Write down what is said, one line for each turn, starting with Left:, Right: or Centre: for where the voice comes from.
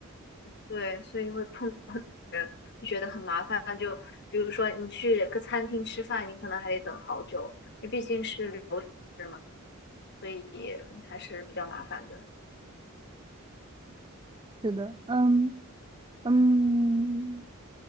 Left: 对，所以会碰，就觉得很麻烦。就比如说你去个餐厅吃饭，你可能还得等好久，因为毕竟是旅游城市嘛，所以还是比较麻烦的。
Right: 是的，嗯嗯，